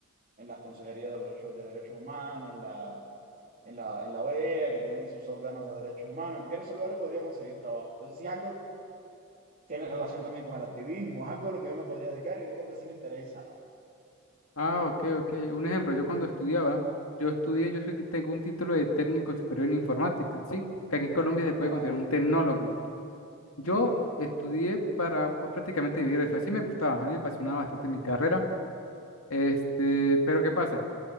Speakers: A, on the right; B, on the left.
A: en las consejerías de derechos, de derechos humanos, en la en la, en la OEA, que tienen sus órganos de derechos humanos, que quiere salvar y podría conseguir trabajo. Entonces, si algo tiene relación también con el activismo, es algo a lo que yo me podría dedicar y algo que sí me interesa, ¿no?
B: Ah, ok, ok. Un ejemplo, yo cuando estudiaba, yo estudié, yo soy, tengo un título de técnico superior en informática, ¿sí? Que aquí en Colombia se puede
A: Ah,
B: considerar un tecnólogo. Yo
A: sí.
B: estudié para pues, prácticamente vivir eso. Así me gustaba, a mí me apasionaba bastante mi carrera. Este, pero ¿qué pasa?